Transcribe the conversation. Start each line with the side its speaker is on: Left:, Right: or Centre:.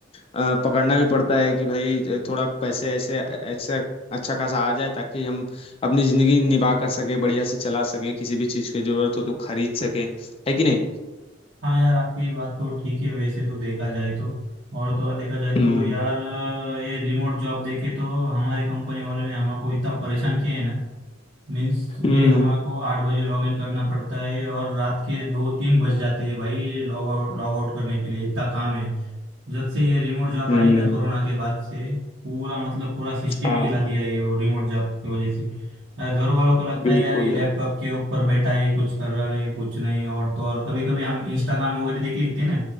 Left: अ, पकड़ना भी पड़ता है कि भाई अ, थोड़ा पैसे ऐसे ऐसे अच्छा खासा आ जाए ताकि हम अपनी जिंदगी निभा कर सके बढ़िया से चला सके किसी भी चीज की जरूरत हो तो खरीद सके है कि नहीं
Right: हाँ यार आपकी बात तो ठीक है वैसे तो देखा जाए तो और तो और देखा जाए
Left: हुँ,
Right: तो यार ये रिमोट जॉब देके तो हमारे कंपनी वाले ने हमको इतना परेशान किया है ना मीन्स सुबह
Left: हुँ,
Right: हमारे को आठ बजे लॉग इन करना पड़ता है और रात के दो तीन बज जाते हैं भाई लॉग आउट लॉग आउट करने के लिए इतना काम है जब से ये रिमोट जॉब
Left: हुँ,
Right: आई ना कोरोना के बाद से पूरा मतलब पूरा सिस्टम
Left: हाँ,
Right: ही हिला दिया है ये वो रिमोट जॉब की वजह से यार घर वालों को लगता
Left: बिल्कुल
Right: है यार ये लैपटॉप
Left: यार।
Right: के ऊपर बैठा है कुछ कर रहा नहीं कुछ नहीं और तो और कभी कभी हम इंस्टाग्राम वगैरह देख लेते हैं ना